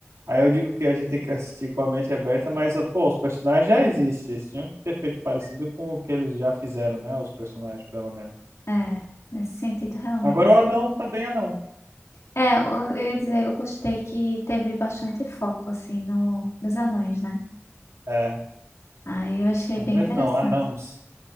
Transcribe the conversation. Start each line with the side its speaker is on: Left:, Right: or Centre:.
Right: Aí eu digo que a gente tem que assistir com a mente aberta, mas, pô, os personagens já existem. Eles tinham que ter feito parecido com o que eles já fizeram, né? Os personagens, pelo menos.
Left: é, nesse sentido, realmente.
Right: Agora o anão tá bem anão.
Left: É, eu, eu ia dizer, eu gostei que teve bastante foco, assim, no, nos anões, né?
Right: É,
Left: Aí eu achei
Right: anões
Left: bem interessante.
Right: não, anãos.